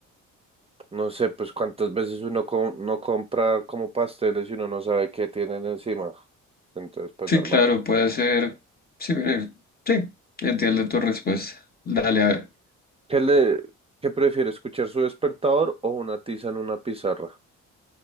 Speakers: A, on the right; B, on the left.
A: no sé, pues cuántas veces uno co- no compra como pasteles y uno no sabe qué tienen encima. Entonces, pues
B: Sí,
A: normal.
B: claro, puede ser. Sí, mire, sí, entiendo tu respuesta. Dale, a ver.
A: ¿Qué le, qué prefiere, escuchar su despertador o una tiza en una pizarra?